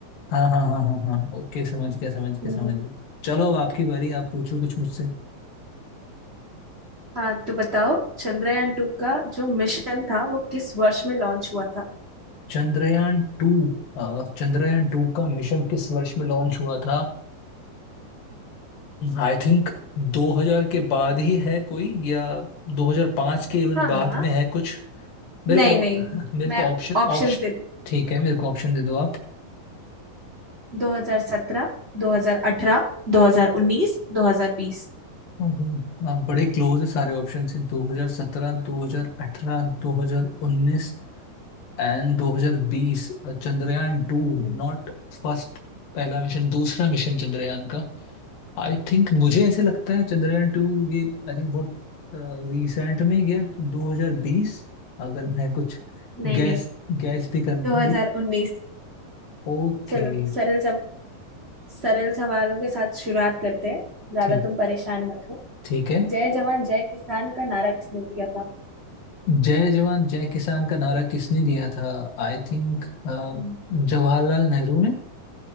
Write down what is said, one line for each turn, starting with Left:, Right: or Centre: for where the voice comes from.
Left: हाँ हाँ हाँ हाँ हाँ ओके समझ गया समझ गया
Right: हो
Left: समझ गया चलो अब आपकी बारी आप पूछो कुछ मुझसे
Right: हाँ तो बताओ चंद्रयान टू का जो मिशन था वो किस वर्ष में लॉन्च हुआ था
Left: चंद्रयान टू चंद्रयान टू का मिशन किस वर्ष में लॉन्च हुआ था आई थिंक 2000 के बाद ही है कोई या 2005 के इवन
Right: हाँ
Left: बाद
Right: हाँ
Left: में है कुछ मेरे
Right: नहीं
Left: को
Right: नहीं
Left: मेरे
Right: मैं
Left: को ऑप्शन
Right: ऑप्शंस
Left: ऑप्शन
Right: देती
Left: ठीक है मेरे को ऑप्शन दे दो आप
Right: 2017 2018 2019 2020
Left: हम्म, आप बड़े क्लोज है सारे ऑप्शन से 2017 2018 2019 एंड 2020 चंद्रयान टू
Right: नहीं
Left: नॉट फर्स्ट पहला मिशन दूसरा मिशन चंद्रयान का। आई थिंक मुझे ऐसे लगता है चंद्रयान टू ये आई थिंक बहुत रिसेंट में ही गया 2020 अगर मैं कुछ
Right: नहीं
Left: गैस
Right: नहीं
Left: गैस भी कर
Right: 2019
Left: ये ओके
Right: चलो सरल सब सरल सवालों के साथ शुरुआत करते हैं ज्यादा
Left: ठीक
Right: तुम परेशान मत हो
Left: ठीक है
Right: जय जवान जय किसान का नारा किसने दिया था
Left: जय जवान जय किसान का नारा किसने दिया था आई थिंक
Right: हम्म,
Left: जवाहरलाल नेहरू ने